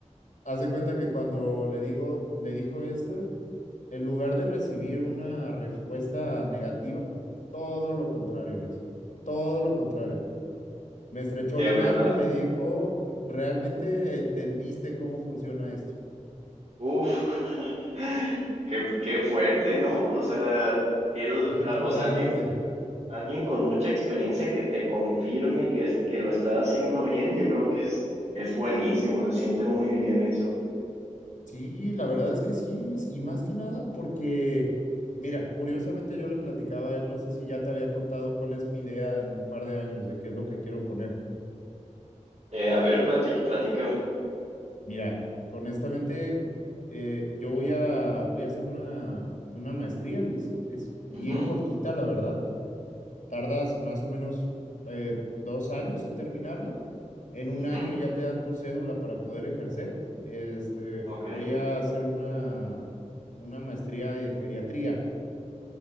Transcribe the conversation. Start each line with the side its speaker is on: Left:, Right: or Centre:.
Left: hace cuenta que cuando le digo, le dijo esto, en lugar de recibir una respuesta negativa, todo lo contrario, Luis, todo lo contrario. Me estrechó
Right: ¿De
Left: la
Right: verdad?
Left: mano y me dijo, ¿realmente entendiste cómo funciona esto?
Right: Uf, <laughs> qué, qué fuerte, ¿no? O sea, él,
Left: Y
Right: ah,
Left: totalmente.
Right: o sea, alguien, alguien con mucha experiencia que te confirme que, es- que lo está haciendo bien, yo creo que es, es buenísimo, se siente muy bien eso.
Left: Sí, la verdad es que sí, Luis, y más que nada porque, mira, curiosamente yo le platicaba a él, no sé si ya te había contado cuál es mi idea en un par de años de qué es lo que quiero poner.
Right: Eh, a ver, platí- platícame.
Left: Mira, honestamente, eh, yo voy a, voy a hacer una, una maestría, Luis. Es bien
Right: Ujú,
Left: cortita, la verdad. Tardas más o menos eh, dos años en terminarla. En un
Right: ujú,
Left: año ya te dan tu cédula para poder ejercer. Este,
Right: ok.
Left: voy a hacer una, una maestría en geriatría.